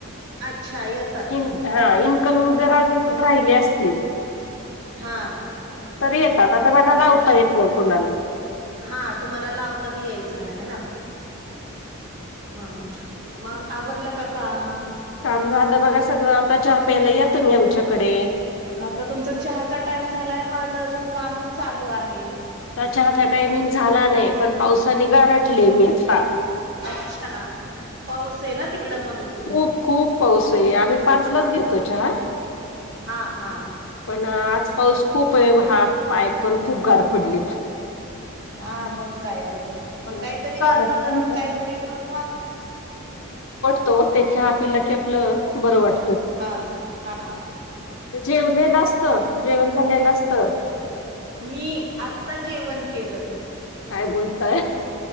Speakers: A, on the right (about 50°); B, on the left (about 60°).
A: अच्छा! येता
B: इन हा इन्कमिंग जर अजून राहिले असतील,
A: हा..
B: तर येतात आता मला लावता येत नाही कोणाला..
A: हा तुम्हाला लावता बी यायचा नाही हे ना.. हा.. मग आवरलं का काम?
B: काम झालं बघा सगळं, आता चहा प्यायला या तुम्ही आमच्याकडे..
A: आता तुमचा चहाचा टाइम झालाय माझं अजून कामच चालू आहे..
B: तर चहाचा टायमिंग झाला नाही, पण पावसानि गारटले मी आता
A: अच्छा! पाऊस हे ना तिकडं म्हणून
B: खूप खूप पाऊस आहे, आम्ही पाचलाच घेतो चहा
A: हा हा..
B: पण आज पाऊस खूप आहे, हातपाय पण खूप गार पडलेत.
A: हा मंग काय तर? मग
B: कारण
A: काहीतरी गरमागरम काहीतरी बनवा.
B: तो ते चहा पिला की आपलं बरं वाट
A: हा हा.
B: जेवलेलं असतं, जेवण झालेलं असतं.
A: मी आत्ता जेवण केलं.
B: काय बोलताय?